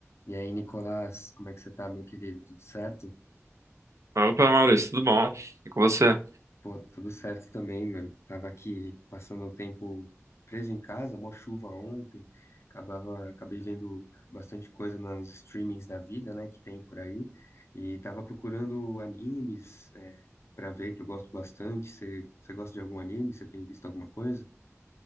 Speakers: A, on the left; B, on the right.
A: E aí, Nicolás, como é que você tá, meu querido? Tudo certo?
B: Opa, Maurício, tudo bom? E com você?
A: Pô, tudo certo também, mano. Tava aqui passando o tempo preso em casa, mó chuva ontem. Acabava, acabei vendo bastante coisa nos streamings da vida, né, que tem por aí. E tava procurando animes, é, pra ver, que eu gosto bastante. Você você gosta de algum anime? Você tem visto alguma coisa?